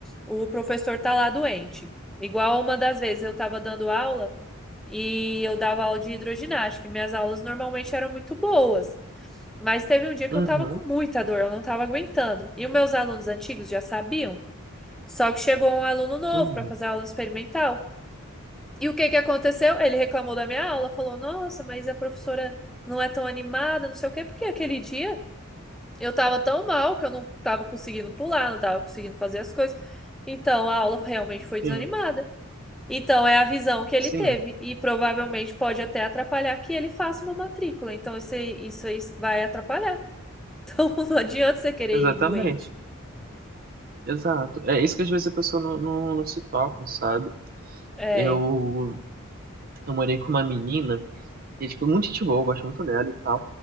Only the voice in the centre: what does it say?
o professor tá lá doente. Igual uma das vezes eu tava dando aula e eu dava aula de hidroginástica. e Minhas aulas normalmente eram muito boas. Mas teve um dia que
eu tava com muita dor, eu não tava aguentando. E os meus alunos antigos já sabiam. Só que chegou um aluno novo
para fazer a aula experimental. E o que que aconteceu? Ele reclamou da minha aula, falou: "Nossa, mas a professora não é tão animada, não sei o quê, porque aquele dia eu tava tão mal que eu não tava conseguindo pular, não tava conseguindo fazer as coisas. Então a aula realmente foi desanimada.
Então é a visão que ele
teve e provavelmente pode até atrapalhar que ele faça uma matrícula. Então isso aí, isso aí vai atrapalhar. <laughs> Não adianta você querer
ir doente.
É,